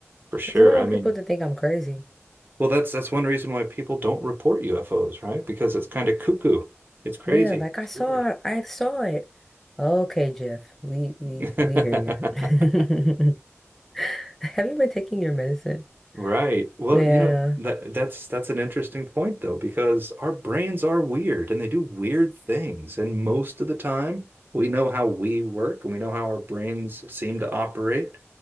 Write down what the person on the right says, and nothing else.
for sure.
I mean,
Well, that's that's one reason why people don't report UFOs, right? Because it's kind of cuckoo. It's crazy.
It's
weird.
<laughs>
Right. Well,
you know, that that's that's an interesting point though, because our brains are weird and they do weird things. And most of the time, we know how we work and we know how our brains seem to operate.